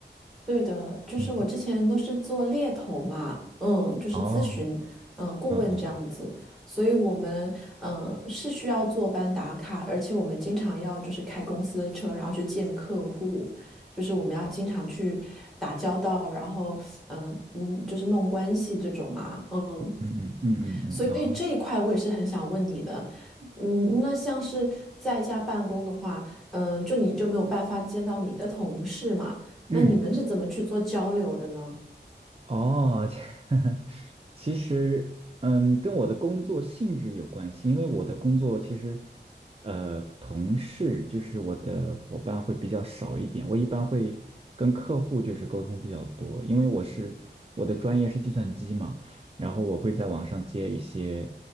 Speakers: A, in the centre; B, on the right.
A: 对的，就是我之前都是做猎头嘛，
B: 嗯，
A: 嗯，就是咨询，
B: 哦，
A: 嗯，顾问这样子，
B: 嗯嗯
A: 所以我们嗯是需要坐班打卡，而且我们经常要就是开公司的车，然后去见客户，就是我们要经常去打交道，然后嗯嗯，就是弄关系这种嘛，嗯，
B: 嗯嗯嗯嗯嗯啊，
A: 所以这一块我也是很想问你的，嗯，那像是在家办公的话，嗯，就你就没有办法见到你的同事嘛？
B: 嗯。
A: 那你们是怎么去做交流的呢？
B: 哦，这 <laughs> 其实，嗯，跟我的工作性质有关系，因为我的工作其实，呃，同事就是我的伙伴会比较少一点，我一般会跟客户就是沟通比较多，因为我是我的专业是计算机嘛，然后我会在网上接一些，